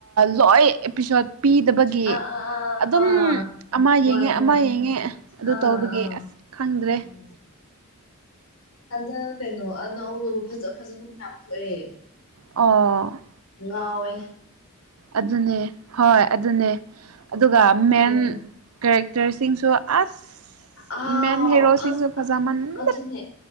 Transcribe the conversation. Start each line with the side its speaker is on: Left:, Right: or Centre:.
Right: ꯂꯣꯏ ꯑꯦꯄꯤꯁꯣꯠ ꯄꯤꯗꯕ ꯒꯤ
Left: ꯑꯥ ꯑꯥ ꯑꯥ
Right: ꯑꯗꯨꯝ
Left: ꯑꯥ
Right: ꯑꯃ
Left: ꯍꯣꯏ
Right: ꯌꯦꯡꯉꯦ
Left: ꯍꯣꯏ
Right: ꯑꯃ ꯌꯦꯡꯉꯦ ꯑꯗꯨ
Left: ꯑꯥ
Right: ꯇꯧꯕꯒꯤ
Left: ꯑꯥ
Right: ꯑꯁ ꯈꯪꯗ꯭ꯔꯦ
Left: ꯎꯝ ꯍꯟꯗꯛ ꯀꯩꯅꯣ ꯑꯅꯧꯅꯧꯕ ꯐꯖ ꯐꯖꯕ ꯃꯌꯥꯝ ꯊꯣꯛꯑꯦ
Right: ꯑꯣꯥ
Left: ꯉꯋꯦ
Right: ꯑꯗꯨꯅꯦ ꯍꯣꯏ ꯑꯗꯨꯅꯦ ꯑꯗꯨꯒ ꯃꯦꯟ
Left: ꯎꯝ
Right: ꯀꯦꯔꯦꯛꯇꯔꯁꯤꯡꯁꯨ ꯑꯁ
Left: ꯑ
Right: ꯃꯦꯟ ꯍꯦꯔꯣꯁꯤꯡꯁꯨ
Left: ꯐꯁ
Right: ꯐꯖꯃꯟ
Left: ꯑꯗꯨ ꯑꯗꯨꯅꯦ